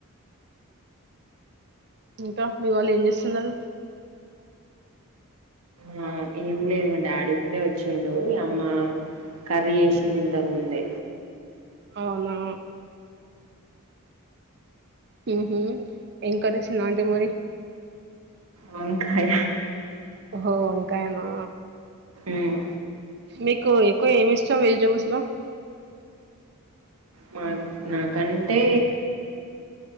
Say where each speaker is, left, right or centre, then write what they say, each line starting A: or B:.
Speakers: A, on the right (about 50°); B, on the right (about 75°).
A: ఇంకా మీ వాళ్ళు ఏం చేస్తున్నారు
B: ఆ ఏమి లేదు మా డాడీ ఇప్పుడే వచ్చిండు ఇగ అమ్మ కర్రీ ఏషింది ఇంతకుముందే
A: అవునా ఉహుం ఏం కర్రీ చేసింది అంటి మరి
B: వంకాయ
A: ఓహో వంకాయ నా
B: ఉమ్
A: మీకు ఎక్కువ ఏమి ఇష్టం వెజిటబుల్స్ లో
B: మాక్ నాకు నాకంటే